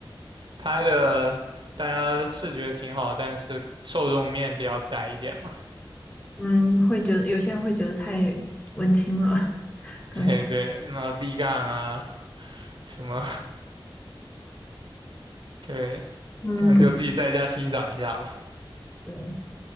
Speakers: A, on the right; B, on the left.
A: 拍的大家是觉得挺好，但是受众面比较窄一点嘛。
B: 嗯，会觉得有些人会觉得太文青了，<laughs> 可能看
A: 对对，什么 B 站啊，什么，<laughs> 对，
B: 嗯，
A: 可能就自己在家欣赏一下吧。
B: 对。